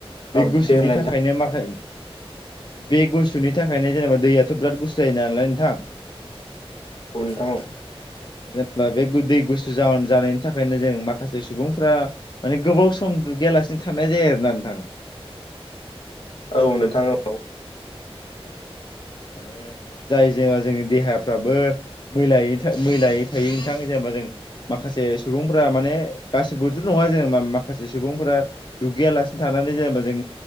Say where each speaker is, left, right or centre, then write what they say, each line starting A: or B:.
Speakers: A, on the left; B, on the left.
A: बे
B: औ
A: गुसुनि
B: दे होनलाय
A: थाखायनो माखाय बे गुसुनि थाखायनो जेनेबा दैयाथ' बिराद गुसु जायो नालाय नोंथां।
B: औ नोंथां औ।
A: जेनेबा बे दै गुसु जाहन जानायनि थाखायनो जों माखासे सुबुंफ्रा माने गोबाव सम। सम दुगैयालासिनो थानाय जायो आरोना नोंथां।
B: औ नोंथां औ।
A: औ माने जाय जोंङा जोंनि देहाफ्राबो। मैलायै था-मैलायै थायो नोंथां जेनेबा जों। माखासे सुबुंफ्रा माने गासिबोथ' नङा जेनेवबा माखासे सुबुंफोरा। दुगैयालासिनो थानानै जेनेबा जों